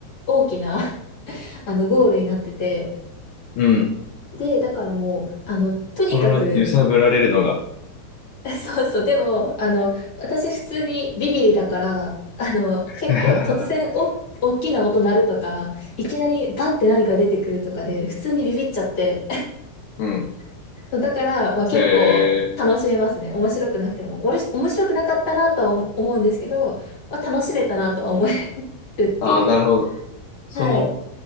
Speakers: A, on the left; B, on the left.
A: 大きな <laughs> あのゴールになってて、
B: うん。
A: で、だからもう、あの、とにかく、
B: その揺さぶられるのが。
A: <laughs> そうそう。でも、あの、私普通にビビリだから、あの、結構突然お、
B: <laughs>
A: 大きな音鳴るとか、いきなりバンって何か出てくるとかで、普通にビビっちゃって。
B: うん。
A: <laughs> そうだから、まあ、結構楽しめますね。
B: へえ。
A: 面白くなくても。おもし面白くなかったなとは思思うんですけど、まあ、楽しめたなとは思えるっていう。
B: ああ、なるほど。その
A: はい。